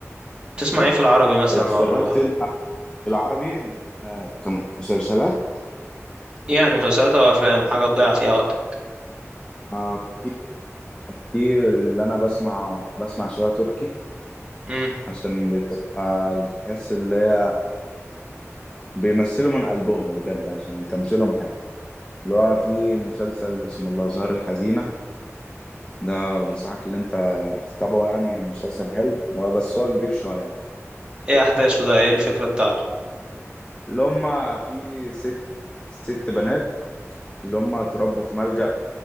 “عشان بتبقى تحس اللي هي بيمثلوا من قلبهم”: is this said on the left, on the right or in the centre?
Left